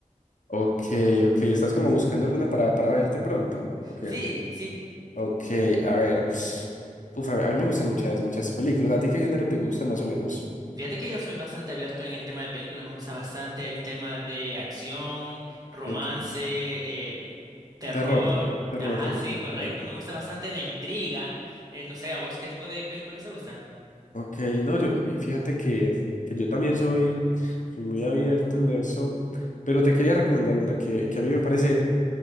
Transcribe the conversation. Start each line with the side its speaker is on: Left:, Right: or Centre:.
Left: Ok, ok, ¿estás como buscando alguna para, para verte pronto? Ok,
Right: Sí, sí.
Left: ok, a ver. Uf, a mí, a mí me gustan muchas, muchas películas. ¿A ti qué género te gusta más o menos?
Right: Fíjate que yo soy bastante abierto en el tema de películas, me gusta bastante el tema de acción, romance,
Left: Ok,
Right: eh, terror.
Left: terror, terror
Right: Ajá,
Left: te gusta.
Right: sí,
Left: Ok,
Right: correcto, me gusta bastante la intriga. Eh, no sé, ¿a vos qué tipo de películas te gustan?
Left: ok, no, yo, y fíjate que, que yo también soy, soy muy abierto en eso, pero te quería recomendar una que, que a mí me parece...